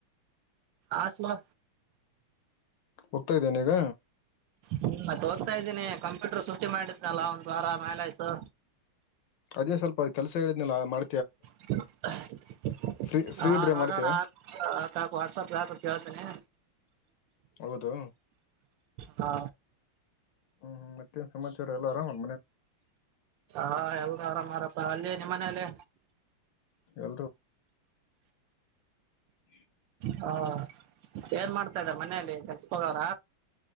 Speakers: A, on the right; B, on the left.
A: ಆಸವಾ
B: ಹೋಗ್ತಾ ಇದ್ದೇನೆ ಈಗ
A: ಹ್ಮ್ ಹೋಗ್ತಿದೀನಿ ಕಂಪ್ಯೂಟರ್ ಸೂಚಿ ಮಾಡಿದ್ನಲ್ಲ ಒಂದ್ ವಾರ ಮೇಲಾಯ್ತು
B: ಅದೇ ಸ್ವಲ್ಪ ಕೆಲ್ಸ ಹೇಳಿದ್ನಲ್ಲ ಮಾಡ
A: <inaudible>
B: ಫ್ರೀ ಫ್ರೀ
A: ಹಾ
B: ಇದ್ರೆ
A: ನೋಡೋಣ
B: ಮಾಡ್ತೀಯ
A: ಆ ಆ ತಕ ವಾಟ್ಸಆಪ್ ಹಾಕ ಕೇಳ್ತೇನನೆ
B: ಹೌದು
A: ಹಾ
B: ಹ್ಮ್ ಮತ್ತೆನ್ ಸಮಾಚಾರ ಎಲ್ಲ ಆರಾಮ್ ಒಂದ್ ಮನೆ
A: ಹಾ ಎಲ್ ಆರಾಮ್ ಆರಪ್ಪ ಅಲ್ಲಿೇ ನಿಮ್ಮ ಮನೇಲಿ
B: ಎಲ್ರು ಹ್ಮ <inaudible>
A: ಹಾ ಏನ್ ಮಾಡ್ತಾ ಇದಾರೆ ಮನೆಯಲ್ಲಿ ಕಲ್ಸ್ಕೋಗವ್ರ